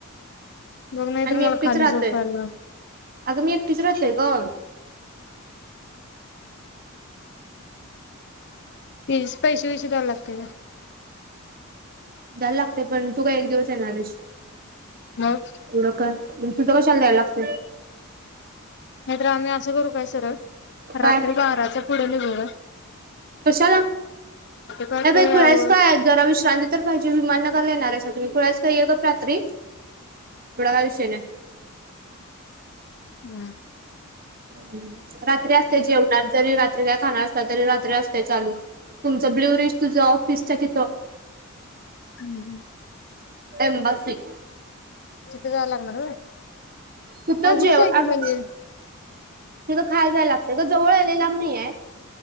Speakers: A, on the left (about 55°); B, on the right (about 45°).
A: बघ, नाही
B: आणि
A: तर
B: मी
A: मला
B: एकटीच
A: खाली
B: राहतोय
A: झोपायला.
B: अगं मी एकटीच राहतेय ग.
A: हे पैसे बिसे द्यायला लागते का?
B: द्यायला लागते पण, तू काय एक दिवसच येणारेस.
A: मग
B: एवढ काय? तुमचं कशाला द्यायला लागत?
A: नाही तर आम्ही असं करू काय सरळ?
B: काय
A: रात्री बाराच्या पुढे लिहून ह
B: कशाला?
A: पहाटे
B: ये बाई खुळी हायस
A: आव
B: काय? <unintelligible> जरा विष चांदी तर पाहिजे विमानगरला येणार आहे. तुम्ही खुळायचं <unintelligible> काही आहे ग रात्री. पुढं काय विषय नाही?
A: हम्.
B: हम. रात्री असते जेवणार जरी रात्री <unintelligible> खाना असत तरी रात्री असते. चालू तुमचं ब्ल्युरिस्ट तुझं ऑफिसच्या तिथं.
A: हम्म.
B: एम्बासी
A: तिथं जायला लागणार व्हय.
B: तिथं
A: अवघडच
B: जेव
A: आहे की
B: अग
A: म्हणजे.
B: तिथं खायला जायला लागतं गं. जवळ आहे लई लांब नाहीये.